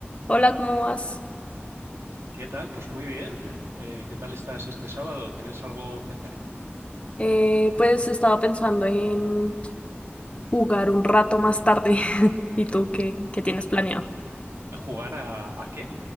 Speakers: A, on the left; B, on the right.
A: Hola, ¿cómo vas?
B: ¿Qué tal? Pues muy bien. Eh, ¿qué tal estás este sábado? ¿Tienes algo que hacer?
A: Eh, pues estaba pensando en jugar un rato más tarde. <laughs> ¿Y tú qué, qué tienes planeado?
B: ¿Jugar a, a qué?